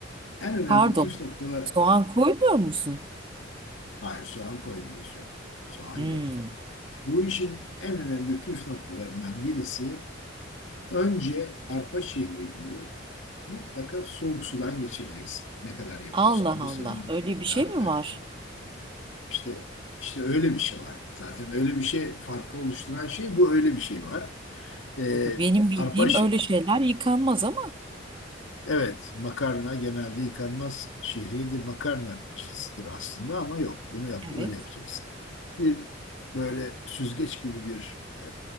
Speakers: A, on the left; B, on the right.
A: en önemli
B: Pardon.
A: püf noktaları
B: Soğan koymuyor musun?
A: hayır soğan koymuyoruz yok. Soğan
B: Hmm.
A: yok. Bu işin en önemli püf noktalarından birisi Önce arpa şehriyi mutlaka soğuk sudan geçireceksin. Ne kadar yapıyorsan
B: Allah
A: bu
B: Allah.
A: senin
B: Öyle bir şey
A: tabii
B: mi
A: tabii.
B: var?
A: İşte işte öyle bir şey var. Zaten öyle bir şey farkı oluşturan şey bu öyle bir şey var. Ee,
B: Benim bildiğim
A: arpa şe-
B: öyle şeyler yıkanmaz ama.
A: evet makarna genelde yıkanmaz şehriyedir. Makarna cinsidir aslında ama yok. Bunu yap
B: Evet.
A: öyle yapacaksın. Bir böyle süzgeç gibi bir e,